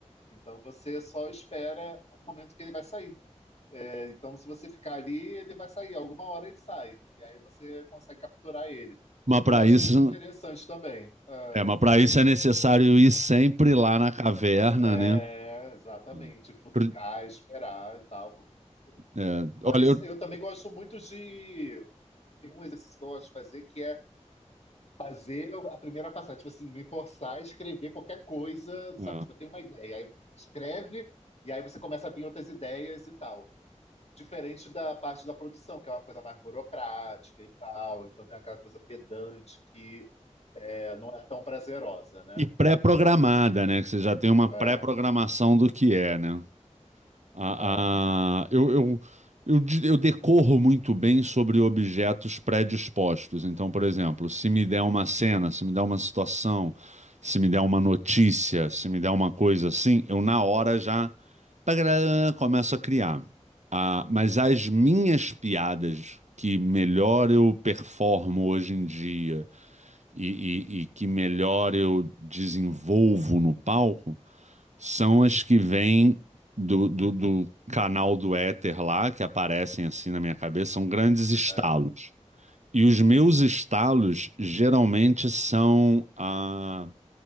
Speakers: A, on the left; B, on the right.
A: Então você só espera o momento que ele vai sair. É, então, se você ficar ali, ele vai sair, alguma hora ele sai, e aí você consegue capturar ele.
B: Mas para
A: Então, eu achei
B: isso,
A: isso interessante também. Ah,
B: é, mas para isso é necessário ir sempre lá na caverna,
A: é,
B: né?
A: exatamente,
B: Hum.
A: futucar,
B: Pro-
A: esperar e tal.
B: é,
A: Mas
B: olha, eu-
A: eu também gosto muito de. Tem um exercício que eu gosto de fazer que é Fazer a primeira passagem, tipo assim, me forçar a escrever qualquer coisa,
B: É.
A: sabe? Tipo, eu tenho uma ideia, aí escreve, e aí você começa a vir outras ideias e tal. Diferente da parte da produção, que é uma coisa mais burocrática e tal, então tem aquela coisa pedante que é, não é tão prazerosa, né?
B: e pré-programada, né? Que você já tem uma pré-programação
A: É,
B: do que é, né? A,
A: é,
B: a- eu, eu, eu, di- eu decorro muito bem sobre objetos predispostos. Então, por exemplo, se me der uma cena, se me der uma situação, se me der uma notícia, se me der uma coisa assim, eu na hora já tagará, começo a criar. Ah, mas as minhas piadas que melhor eu performo hoje em dia e, e e que melhor eu desenvolvo no palco são as que vêm do, do, do canal do éter lá, que aparecem assim na minha cabeça, são grandes estalos.
A: é,
B: E os meus estalos geralmente são. Ah,